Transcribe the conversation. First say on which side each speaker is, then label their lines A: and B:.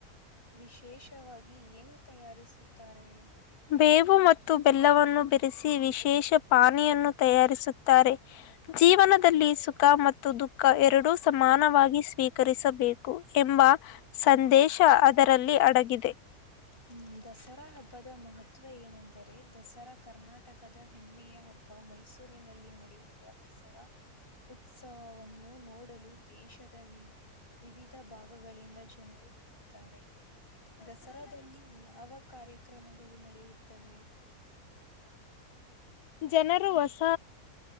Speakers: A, on the left; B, on the left.
A: ವಿಶೇಷವಾಗಿ ಏನು ತಯಾರಿಸುತ್ತಾರೆ
B: ಬೇವು ಮತ್ತು ಬೆಲ್ಲವನ್ನು ಬೇರೆಸಿ ವಿಶೇಷ ಪಾನಿಯನ್ನು ತಯಾರಿಸುತ್ತಾರೆ ಜೀವನ ಸುಖ ಮತ್ತು ದುಃಖ ಎರಡೂ ಸಮಾನವಾಗಿ ಸ್ವೀಕರಿಸಬೇಕು ಎಂಬ ಸಂದೇಶ ಅದರಲ್ಲಿ ಅಡಗಿದೆ.
A: ಹ್ಮ್ ದಶರಾ ಹಬ್ಬದ ಮಹತ್ವ ಏನೆಂದರೆ ದಸರಾ ಕರ್ನಾಟಕದ ಹೆಮ್ಮೆಯ ಹಬ್ಬ ಮೈಸೂರಿನಲ್ಲಿ ನಡೆ ಡ ಯ ದ ಸರ <unintelligible> ಉತ್ಸವವನ್ನು ನೋಡಲು ದೇಶದ ವಿ ವಿವಿಧ ಭಾಗಗಳಿಂದ ಜನರು ಬರುತ್ತಾರೆ ದಸರಾದಲ್ಲಿ ಯಾವ ಕಾರ್ಯಕ್ರಮಗಳು ನಡೆಯುತ್ತ ತವೆೇ
B: ಜನರು ಹೊಸ